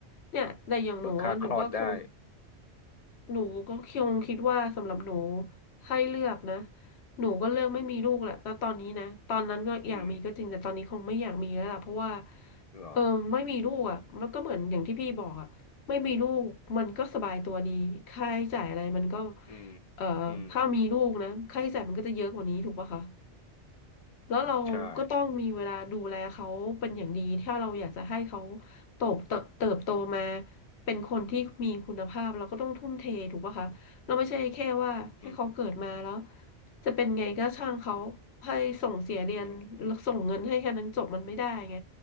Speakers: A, on the left; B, on the left.
A: เนี่ยแต่อย่างหนูอะหนูก็คง
B: เบิกค่าคลอดได้
A: หนูก็คงคิดว่าสำหรับหนูให้เลือกนะหนูก็เลือกไม่มีลูกแหละณตอนนี้นะตอนนั้นก็อยากมีก็จริงแต่ตอนนี้คงไม่อยากมีแล้วล่ะเพราะว่า
B: อืมเหรอ
A: เออไม่มีลูกอ่ะมันก็เหมือนอย่างที่พี่บอกอ่ะไม่มีลูกมันก็สบายตัวดีค่าใช้จ่ายอะไรมันก็
B: อืม
A: เอ่อถ้ามีลูกนะค่าใช้จ่ายมันก็จะเยอะกว่านี้ถูกปะคะ
B: อืม
A: แล้วเราก็ต้องมีเวลาดูแลเขาเป็นอย่างดีถ้าเราอยากจะให้เขา
B: ใช่
A: โตบเติบเติบโตมาเป็นคนที่มีคุณภาพเราก็ต้องทุ่มเทถูกปะคะเราไม่ใช่แค่ว่าให้เขาเกิดมาแล้ว
B: อืม
A: จะเป็นไงก็ช่างเขาให้ส่งเสียเรียนแล้วส่งเงินให้แค่นั้นจบมันไม่ได้ไง
B: อืม